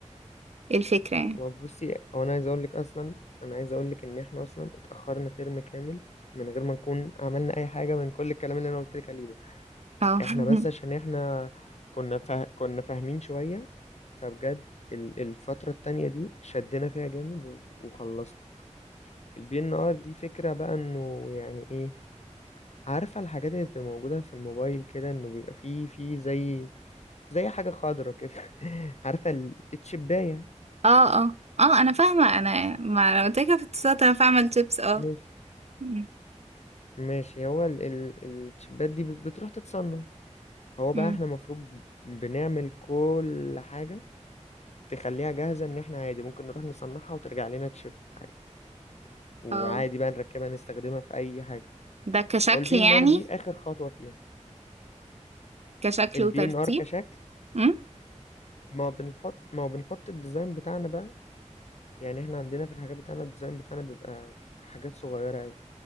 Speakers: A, on the right; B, on the left.
A: إيه الفكره يعني
B: بصي هو انا عايز اقول لك اصلا انا عايز اقول لك ان احنا اصلا اتأخرنا ترم كامل من غير ما نكون عملنا اي حاجة من كل الكلام اللي انا قلت لك عليه ده
A: اه
B: احنا
A: <laughs>
B: بس عشان احنا كنا فا... كنا فاهمين شوية فبجد ال- الفترة التانية دي شدنا فيها جامد و- وخلصنا البي ان ار دي فكرة بقى انه يعني ايه عارفة الحاجات اللي بتبقى موجودة في الموبايل كده انه بيبقى فيه فيه زي زي حاجة خضرة كده <laughs> عارفة ال- التشباية
A: اه اه اه انا فاهمه انا ما انا قلت لك في الاتصالات انا فاهمه التبس اه
B: ماشي
A: مم،
B: ماشي هو ال- ال- التشبات دي بت- بتروح تتصنع هو
A: مم،
B: بقى احنا المفروض بنعمل كل حاجة تخليها جاهزة ان احنا عادي ممكن نروح نصنعها وترجع لنا تشيب عادي وعادي
A: اه
B: بقى نركبها نستخدمها في اي حاجة
A: ده كشكل
B: هو البي
A: يعني
B: ان ار دي اخر خطوة فيها
A: كشكل
B: البي
A: وترتيب
B: ان ار كشكل
A: مم،
B: ما بنحط ما بنحط الديزاين بتاعنا بقى يعني احنا عندنا في الحاجات بتاعنا الديزاين بتاعنا بيبقى حاجات صغيرة أوي